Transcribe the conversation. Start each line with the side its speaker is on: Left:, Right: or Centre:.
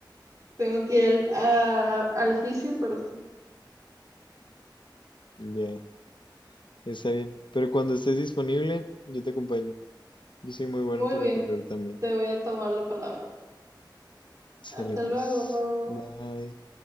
Right: Tengo que ir al, a- al fisio, pero sí.
Left: Ya. Está bien. Pero cuando estés disponible, yo te acompaño. Yo soy muy bueno
Right: Muy
Left: para
Right: bien,
Left: correr también.
Right: te voy a tomar la palabra.
Left: Sale
Right: Hasta
Left: pues.
Right: luego.
Left: Bye.